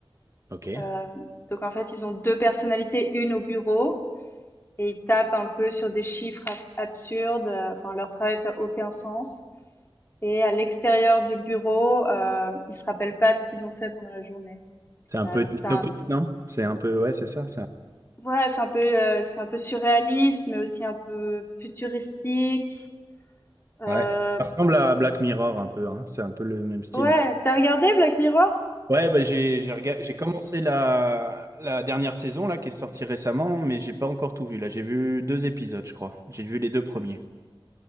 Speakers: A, on the right (about 35°); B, on the left (about 25°).
A: Ok.
B: Hem, donc en fait, ils ont 2 personnalités, une au bureau et ils tapent un peu sur des chiffres ab absurdes, heu, enfin leur travail fait aucun sens et à l'extérieur du bureau, heu, ils se rappellent pas de ce qu'ils ont fait pendant la journée.
A: C'est un
B: Voilà,
A: peu
B: donc
A: dystopique,
B: c'est un
A: non? C'est un peu ouais, c'est ça, c'est un-
B: Ouais, c'est un peu, heu, c'est un peu surréaliste, mais aussi un peu futuristique, heu,
A: Ouais. Ça ressemble à Black Mirror un peu, hein. C'est un peu le même style.
B: ouais. t'as regardé Black Mirror?
A: Ouais, bah j'ai j'ai rega- j'ai commencé la la dernière saison là qui est sortie récemment, mais j'ai pas encore tout vu. Là, j'ai vu deux épisodes, je crois. J'ai vu les deux premiers.